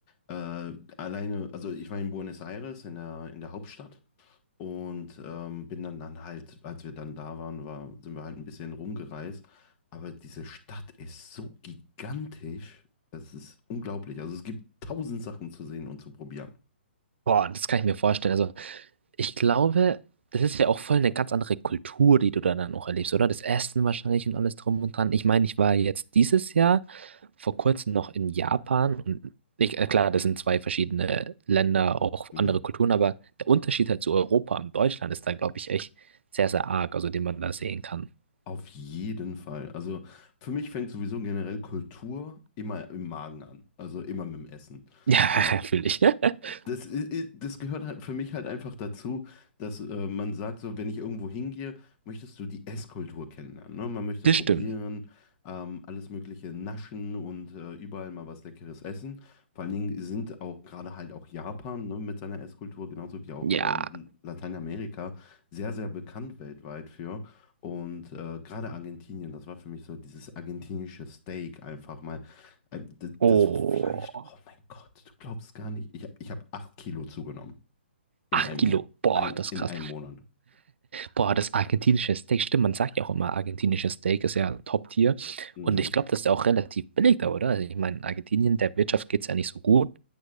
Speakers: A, on the left (about 35°); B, on the right (about 75°).
A: äh, alleine, also ich war in Buenos Aires, in der, in der Hauptstadt. Und ähm, bin dann, dann halt, als wir dann da waren, war, sind wir halt ein bisschen rumgereist. Aber diese Stadt ist so gigantisch. Es ist unglaublich. Also es gibt tausend Sachen zu sehen und zu probieren.
B: Boah, das kann ich mir vorstellen. Also ich glaube, das ist ja auch voll eine ganz andere Kultur, die du da dann auch erlebst, oder? Das Essen wahrscheinlich und alles drum und dran. Ich meine, ich war jetzt dieses Jahr vor kurzem noch in Japan und ich, äh, klar, das sind zwei verschiedene Länder, auch
A: Ja.
B: andere Kulturen, aber der Unterschied halt zu Europa und Deutschland ist da, glaube ich, echt sehr, sehr arg, also den man da sehen kann. <laughs>
A: Auf jeden Fall. Also für mich fängt sowieso generell Kultur immer im Magen an, also immer mit dem Essen.
B: Ja,
A: Äh,
B: fühle ich. <laughs>
A: das, i- i- das gehört halt für mich halt einfach dazu, dass äh, man sagt, so, wenn ich irgendwo hingehe, möchtest du die Esskultur kennenlernen. Ne? Man möchte
B: Das
A: probieren,
B: stimmt.
A: ähm, alles Mögliche naschen und äh, überall mal was Leckeres essen. Vor allen Dingen sind auch gerade halt auch Japan ne, mit seiner Esskultur, genauso wie auch
B: Ja.
A: äh, L- Lateinamerika, sehr, sehr bekannt weltweit für. Und äh, gerade Argentinien, das war für mich so dieses argentinische Steak einfach mal ein- d-
B: Oh,
A: Das Fleisch, oh mein Gott, du glaubst gar nicht. Ich, ich habe acht Kilo zugenommen in
B: acht
A: einem,
B: Kilo.
A: Mo-
B: Boah,
A: ein,
B: das ist
A: in
B: krass.
A: einem Monat.
B: Boah, das argentinische Steak, stimmt, man sagt ja auch immer, argentinisches Steak ist ja Top-Tier.
A: Mhm.
B: Und ich glaube, das ist ja auch relativ billig da, oder? Also ich meine, Argentinien, der Wirtschaft geht es ja nicht so gut.